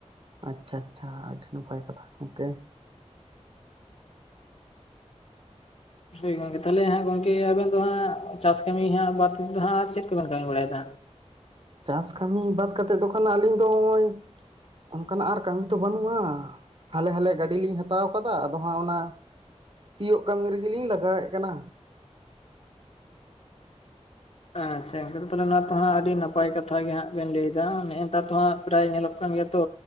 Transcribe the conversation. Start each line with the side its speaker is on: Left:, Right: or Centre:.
Right: ᱟᱪᱪᱷᱟ ᱟᱪᱪᱷᱟ ᱟᱹᱰᱤ ᱱᱟᱯᱟᱭ ᱠᱟᱛᱷᱟ ᱜᱚᱝᱠᱮ
Left: ᱦᱳᱭ ᱜᱚᱝᱠᱮ ᱛᱟᱦᱚᱞᱮ ᱦᱟᱸᱜ ᱜᱚᱝᱠᱮ ᱟᱵᱮᱱ ᱫᱚ ᱦᱟᱸᱜ ᱪᱟᱥ ᱠᱟᱹᱢᱤ ᱦᱟᱸᱜ ᱵᱟᱫ ᱛᱮ ᱫᱚ ᱦᱟᱸᱜ ᱪᱮᱫ ᱠᱚᱵᱮᱱ ᱠᱟᱹᱢᱤ ᱵᱟᱲᱟᱭᱮᱫᱟ ᱦᱟᱸᱜ
Right: ᱪᱟᱥ ᱠᱟᱹᱢᱤ ᱵᱟᱫ ᱠᱟᱛᱮᱫ ᱫᱚ ᱠᱷᱟᱱ ᱟᱹᱞᱤᱧ ᱫᱚ ᱱᱚᱜᱼᱚᱭ ᱚᱱᱠᱟᱱᱟᱜ ᱟᱨ ᱠᱟᱹᱢᱤ ᱛᱚ ᱵᱟᱹᱱᱩᱜᱼᱟ ᱦᱟᱞᱮ ᱦᱟᱞᱮ ᱜᱟᱹᱰᱤ ᱞᱤᱧ ᱦᱟᱛᱟᱣ ᱟᱠᱟᱫᱟ ᱟᱫᱚ ᱦᱟᱜ ᱚᱱᱟ ᱥᱤᱭᱳᱜ ᱠᱟᱹᱢᱤ ᱨᱮᱜᱮᱞᱤᱧ ᱞᱟᱜᱟᱭᱮᱜ ᱠᱟᱱᱟ
Left: ᱟᱪᱪᱷᱟ ᱜᱚᱝᱠᱮ ᱱᱚᱣᱟ ᱛᱚ ᱦᱟᱸᱜ ᱟᱹᱰᱤ ᱱᱟᱯᱟᱭ ᱠᱟᱛᱷᱟ ᱜᱮ ᱦᱟᱸᱜ ᱵᱮᱱ ᱞᱟᱹᱭᱮᱫᱟ ᱱᱮ ᱱᱮᱛᱟᱨ ᱫᱚᱦᱟᱸ ᱯᱨᱟᱭ ᱧᱮᱞᱚᱜ ᱠᱟᱱ ᱜᱮᱭᱟ ᱛᱚ